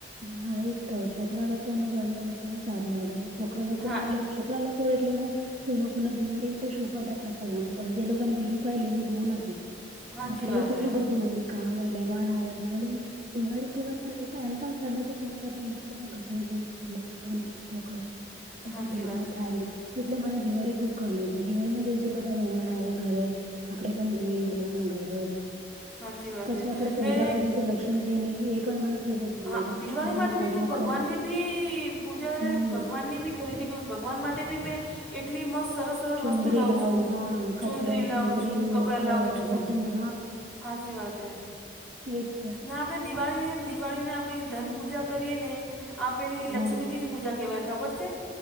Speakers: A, on the right; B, in the centre.
A: હા, એજ તો છોકરા લોકો ને બને બહુ સારું લાગે છે. છોકરા લોકોને
B: હા
A: એટલે... છોકરા લોકો એટલે હું.... એ લોકોને દિવાળી એટલે શું? ફાટાકડા ફોડવાના બસ એ લોકોને બીજું કાંઈ લેવું દેવું નથી.
B: સાચી
A: આપડે
B: વાત
A: તો કેટલું
B: હે
A: બધું હોય કામ હોય. મહેમાન આવે દિવાળીનું દિવાળી તહેવાર મને એ પણ એમ... પણ ગમે છે. કેમ કે, આપણે એકબીજા ના ઘરે જઈએ મળીએ નાસ્તો કરીએ. બધા
B: સાચી
A: ભેગા
B: વાત છે
A: થાય. એટલે મને દિવાળી ખુબ ગમે છે. દિવાળી ના દિવસે બધા મહેમાન આવે ઘરે. આપડે પણ જઈએ એ લોકો ના ઘરે.
B: સાચી વાત
A: પછી
B: હે
A: આપડે પૂજા
B: ને
A: કરીએ છીએ. લક્ષ્મીજી ની એ પણ મને ખુબ જ..... ગમે
B: હા,
A: છે લક્ષ્મીજીની
B: દિવાળી માટે
A: પૂજા
B: ભી હું ભગવાનની
A: કરે
B: ભી પૂજા અને
A: હમ
B: ભગવાનની ભી..... ખરીદી કરી. ભગવાન માટે બી મેં એટલી મસ્ત સરસ. સરસ
A: ચુંદરી
B: વસ્તુ લાવું
A: લાવ
B: છું
A: હા કપડો
B: ચુંદડી
A: ચુંદરી
B: લાવું છું, કપડાં
A: મુકટ
B: લાવું છું.
A: બધું
B: સાચી વાત છે.
A: એક તો....
B: અને આપણે દિવાળી દિવાળીની આપણી ધનપૂજા કરીએ. ને..... આ પેલી
A: હા
B: લક્ષ્મીજીની પૂજા કહેવાય ખબર છે?